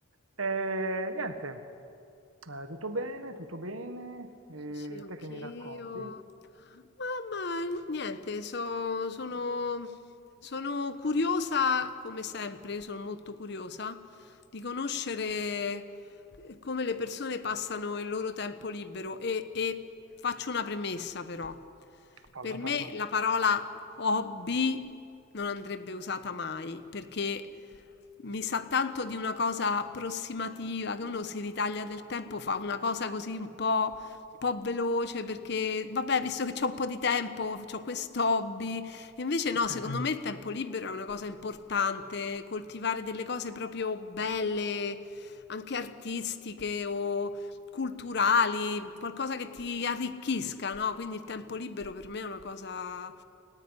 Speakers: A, on the right; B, on the left.
A: E niente, eh, tutto bene, tutto bene, e
B: Sì, sì, anch'io.
A: te che mi racconti?
B: Ah, ma niente, so- sono, sono curiosa, come sempre, io sono molto curiosa di conoscere eh, come le persone passano il loro tempo libero e, e faccio una premessa però.
A: Falla,
B: Per me
A: falla.
B: la parola hobby non andrebbe usata mai perché mi sa tanto di una cosa approssimativa che uno si ritaglia del tempo, fa una cosa così un po' un po' veloce perché, vabbè, visto che c'ho un po' di tempo, ho quest'hobby. Invece no,
A: Sì.
B: secondo me il tempo libero è una cosa importante, coltivare delle cose proprio belle, anche artistiche o culturali, qualcosa che ti arricchisca, no? Quindi il tempo libero per me è una cosa